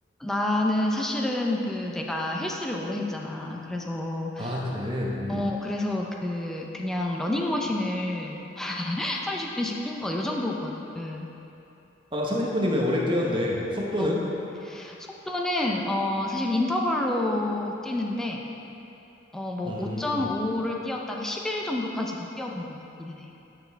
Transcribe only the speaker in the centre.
나는 사실은 그 내가 헬스를 오래 했잖아. 그래서
어 그래서 그 그냥 러닝머신을 <laughs> 30분씩 뛴 거 요 정도거든.
어, 속도는 어 사실 인터벌로 뛰는데 어 뭐
5.5를 뛰었다가 10일 정도까지도 뛰어본 적이 있기는 해.